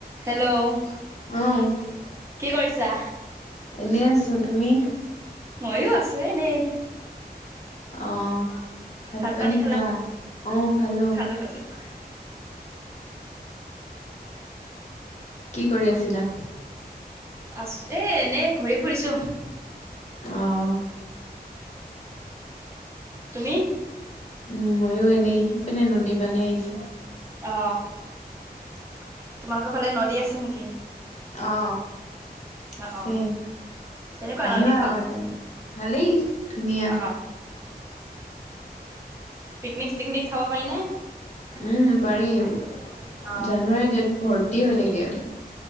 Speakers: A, on the right; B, on the left.
A: Hello
B: উম'।
A: কি কৰিছা?
B: এনেই আছোঁ তুমি?
A: ময়ো আছো এনেই।
B: অ্', ভাত-পানী
A: ভাত পানী
B: খালা? অঁ খালো।
A: <unintelligible>
B: কি কৰি আছিলা?
A: আছ- এ এনেই ঘূৰি ফুৰিছো।
B: অঁ।
A: তুমি?
B: উম' ময়ো এনেই, সেইপিনে নদী পানী আহিছে।
A: অ্। তোমালোকৰ ফালে নদী আছে নেকি?
B: অ্,
A: অ
B: আছে।
A: অ কেনেকুৱা
B: আহিবা
A: নদীখন?
B: আমাৰ ফালে। ভালেই, ধুনীয়া।
A: অ অ পিকনিক চিকনিক খাব পাৰি নে?
B: উম' পাৰিম।
A: অ
B: জানুৱাৰী ডেট ভৰ্তি হৈ থাকে।